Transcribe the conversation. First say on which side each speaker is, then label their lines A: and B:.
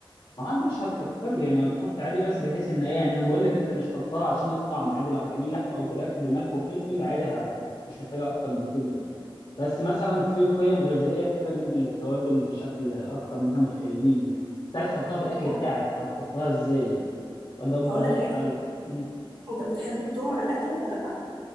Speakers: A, on the left; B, on the right.
A: ما عاد مش هتكتري يعني هتحط عادي بس بحيث ان ايه يعني انا بقول لك انت مش حطها عشان الطعم عادي لو هتعمل لحمه او فراخ بملح وفلفل عادي ه... مش محتاجه اكتر من كده يعني بس مثلا في قيم غذائيه كتيره جدا للتوابل بشكل اكتر من احنا متخيلين يعني انت عايز تحطها في الاكل
B: انا
A: بتاعك فهتحطها ازاي يعني فده بقى
B: هقول لك
A: ده الحل
B: حاجه
A: مم.
B: انت بتحب التوم على الاكل ولا لا